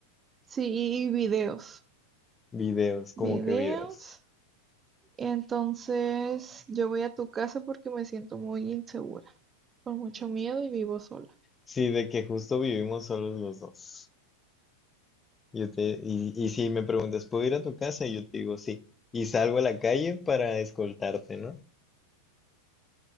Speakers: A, on the right; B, on the left.
A: sí, y, videos,
B: videos, como
A: videos.
B: que vidas.
A: Y entonces yo voy a tu casa porque me siento muy insegura, con mucho miedo y vivo sola.
B: Sí, de que justo vivimos solos los dos. Yo te, y, y si me preguntas, ¿puedo ir a tu casa? y Yo te digo sí. Y salgo a la calle para escoltarte, ¿no?